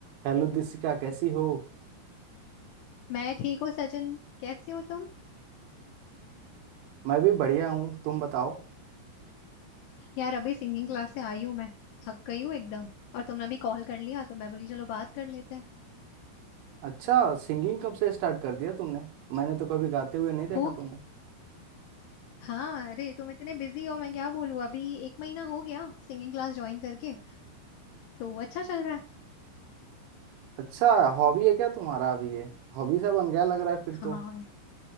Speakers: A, on the right; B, on the left.
A: Hello Disika कैसी हो
B: मैं ठीक हूँ सचिन कैसे हो तुम
A: मैं भी बढ़िया हूँ तुम बताओ
B: यार अभी सिंगिंग क्लास से आई हूँ मैं थक गई हूँ एकदम और तुमने भी कॉल कर लिया तो मैं बोली चलो बात कर लेते हैं
A: अच्छा सिंगिंग कब से स्टार्ट कर दिया तुमने मैंने तो कभी गाते हुए नहीं देखा
B: हो
A: तुम्हें
B: ग- हाँ अरे तुम इतने बिजी हो मैं क्या बोलूँ अभी एक महीना हो गया सिंगिंग क्लास ज्वाइन करके तो अच्छा चल रहा है
A: अच्छा हॉबी है क्या तुम्हारा अभी ये हॉबी सा बन गया लग रहा है फिर
B: हाँ
A: तो